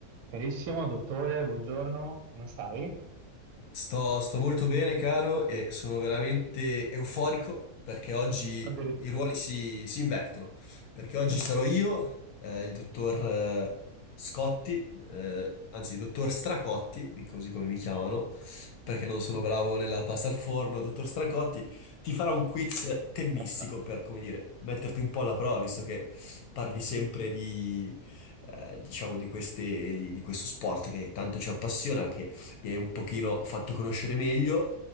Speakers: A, on the right; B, on the left.
A: Carissimo dottore, buongiorno, come stai?
B: Sto, sto molto bene, caro, e sono veramente euforico perché oggi
A: Addirittura.
B: i ruoli si, si invertono. Perché
A: <laughs>
B: oggi sarò io, eh, il dottor eh, Scotti, eh, anzi, il dottor Stracotti, così come mi chiamano, perché non sono bravo nella pasta al forno. Dottor Stracotti ti farà un quiz tennistico
A: Vabbè.
B: per, come dire, metterti un po' alla prova, visto che parli sempre di, eh, diciamo, di queste, di, di questo sport che tanto ci appassiona, mi hai un pochino fatto conoscere meglio